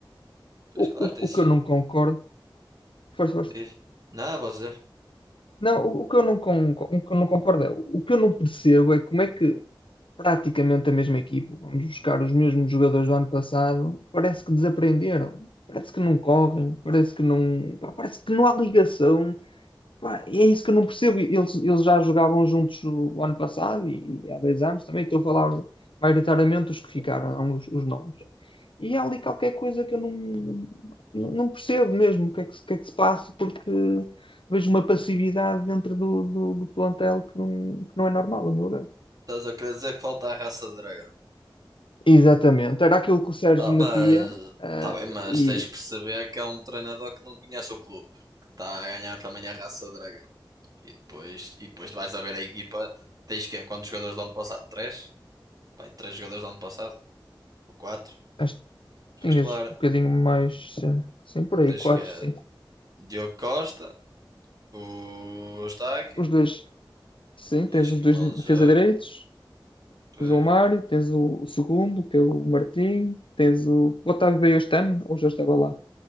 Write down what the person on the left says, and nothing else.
O,
o,
o que eu não concordo. Força, força.
Não, o, o que eu não con- o que eu não concordo é, o que eu não percebo é como é que praticamente a mesma equipa, vamos buscar os mesmos jogadores do ano passado, parece que desaprenderam, parece que não correm, parece que não, pá, parece que não há ligação. Pá, é isso que eu não percebo. Eles, eles já jogavam juntos o ano passado e, e há dois anos também. Estou a falar maioritariamente os que ficaram, os, os novos. E há ali qualquer coisa que eu não, não percebo mesmo o que é que, se- o que é que se passa, porque vejo uma passividade dentro do, do, do plantel que não, que não é normal, a meu ver.
Exatamente, era aquilo que o Sérgio
metia,
eh,
e
acho que
tinhas
um bocadinho mais, sim, sim, por aí,
quatro,
sim.
Os dois, sim,
tens
os
dois
de defesa
direitos,
o João Mário, tens o, o segundo, que é o Martim, tens o, o Otávio veio este ano, ou já estava lá.